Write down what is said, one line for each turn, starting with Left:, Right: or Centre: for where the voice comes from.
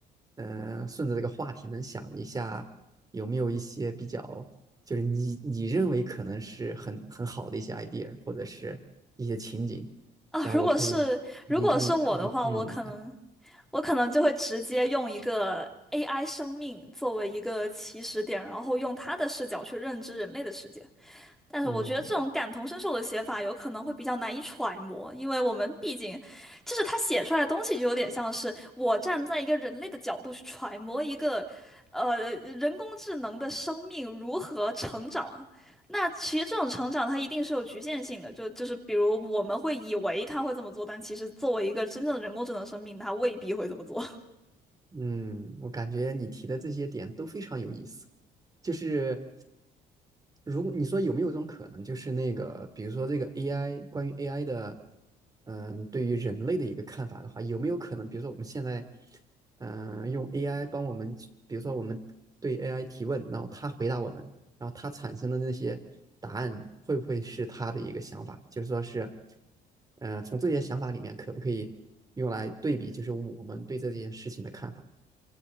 Right: 呃，顺着这个话题能想一下，有没有一些比较，就是你你认为可能是很很好的一些 idea，或者是一些情景，
Centre: 啊，
Right: 然后我可以
Centre: 如果是如果是我的话，
Right: 应应应应用一下。
Centre: 我可能我可能就会直接用一个 AI 生命作为一个起始点，然后用它的视角去认知人类的世界。但是我觉得这种感同身受的写法有可能会比较难以揣摩，
Right: 嗯。
Centre: 因为我们毕竟，就是他写出来的东西就有点像是我站在一个人类的角度去揣摩一个，呃，人工智能的生命如何成长。那其实这种成长它一定是有局限性的，就就是比如我们会以为它会这么做，但其实作为一个真正的人工智能生命，它未必会这么做。
Right: 嗯，我感觉你提的这些点都非常有意思。就是如果你说有没有一种可能，就是那个，比如说这个 AI 关于 AI 的，嗯、对于人类的一个看法的话，有没有可能，比如说我们现在，嗯、用 AI 帮我们去比如说我们对 AI 提问，然后它回答我们，然后它产生的那些答案会不会是它的一个想法？就是说是，呃，从这些想法里面可不可以用来对比，就是我们对这件事情的看法？